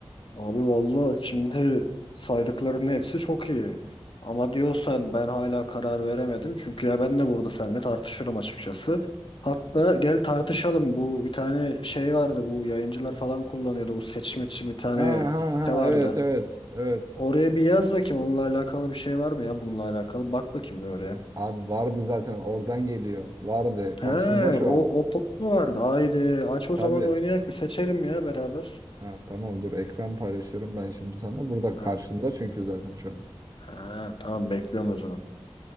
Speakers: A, on the left; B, on the right.
A: Abi valla şimdi saydıklarının hepsi çok iyi. Ama diyorsan ben hala karar veremedim. Çünkü ya ben de burada seninle tartışırım açıkçası. Hatta gel tartışalım. Bu bir tane şey vardı. Bu yayıncılar falan kullanıyordu. Bu seçim için bir tane
B: Ha ha
A: site
B: ha
A: vardı.
B: evet evet evet
A: Oraya bir yaz bakayım. Onunla alakalı bir şey var mı ya? Bununla alakalı. Bak bakayım bir oraya.
B: Abi vardı zaten oradan geliyor. Vardı. Karşımda
A: He,
B: şu
A: o,
B: an.
A: o post mu vardı? Haydi aç o
B: Tabii.
A: zaman oynayak bir seçelim ya beraber.
B: Ha, tamam dur ekran paylaşıyorum ben şimdi sana. Burada
A: Heh.
B: karşımda çünkü zaten şu an.
A: Ha, tamam bekliyorum o zaman.